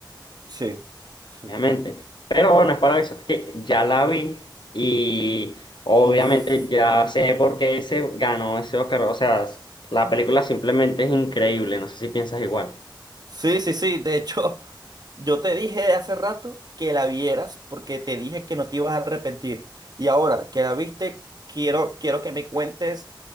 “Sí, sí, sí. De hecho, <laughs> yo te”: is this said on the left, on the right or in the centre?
Right